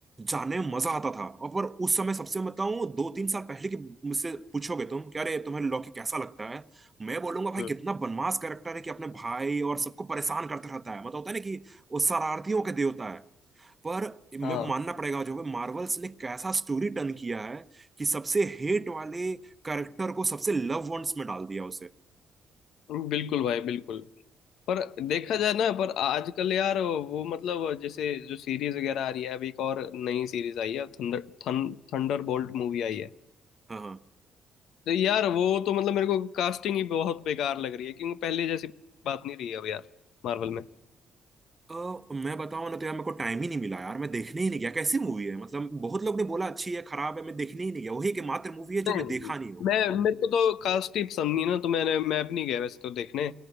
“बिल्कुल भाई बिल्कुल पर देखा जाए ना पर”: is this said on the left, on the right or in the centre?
Left